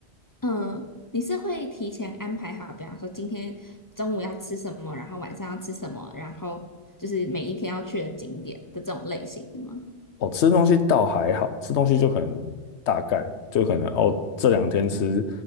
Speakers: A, on the left; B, on the left.
A: 嗯，你是会提前安排好，比方说今天中午要吃什么，然后晚上要吃什么，然后就是每一天要去的景点的这种类型吗？
B: 哦，吃东西倒还好，吃东西就可能大概就可能哦，这两天吃